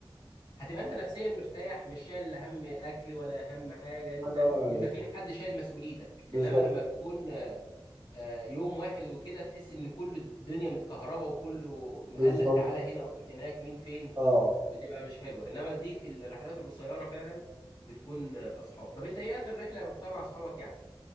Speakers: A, on the left; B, on the right.
A: هتبقى انت نفسيا مرتاح مش شايل لا هم اكل ولا هم حاجه انت
B: الله ينور عليك
A: انت في حد شايل مسؤوليتك
B: بالظبط
A: انما لما بتكون آه، يوم واحد وكده تحس ان كل الدنيا متكهربه وكله مقلق
B: بالظبط
A: تعالى هنا روح هناك مين فين
B: اه
A: بتبقى مش حلوه انما دي في الرحلات القصيره فعلا بتكون آه، اصحاب طب انت ايه اخر رحله رحتها مع اصحابك يعني